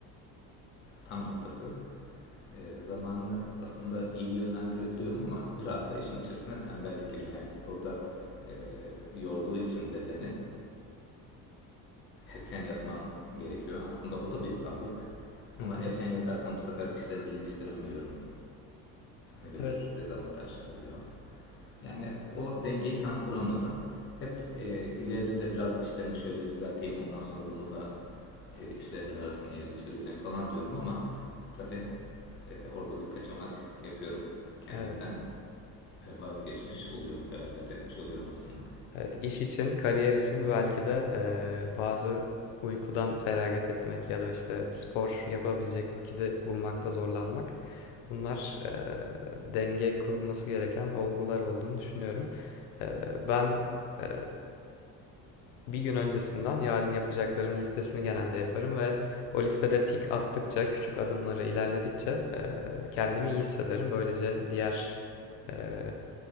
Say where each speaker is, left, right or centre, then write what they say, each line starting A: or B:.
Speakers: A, on the left; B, on the left.
A: tam noktası. Ee, zamanı aslında iyi yönlendirebiliyorum ama biraz da işin içerisine tembellik giriyor. Yani sporda e, yorduğu için bedeni erken yatmam gerekiyor. Aslında o da bir sağlık.
B: Hı
A: Ama
B: hı.
A: erken yatarsam bu sefer işlerimi yetiştiremiyorum. Öyle
B: Evet.
A: bir dezavantaj oluyor. Yani o dengeyi tam kuramadım. Hep e, ileride biraz işlerimi şöyle düzelteyim, ondan sonra bunu da e, işlerimin arasına yerleştireceğim falan diyorum ama tabii e, orada bir kaçamak yapıyorum. Kendimden
B: Evet.
A: e, vazgeçmiş oluyorum, feragat etmiş oluyorum aslında.
B: Evet, iş için, kariyer için belki de eee, bazı uykudan feragat etmek ya da işte spor yapabilecek vakiti bulmakta zorlanmak. Bunlar eee, denge kurulması gereken olgular olduğunu düşünüyorum. Eee, ben eee, bir gün öncesinden yarın yapacaklarım listesini genelde yaparım ve o listede tik attıkça, küçük adımları ilerledikçe eee, kendimi iyi hissederim. Böylece diğer eee,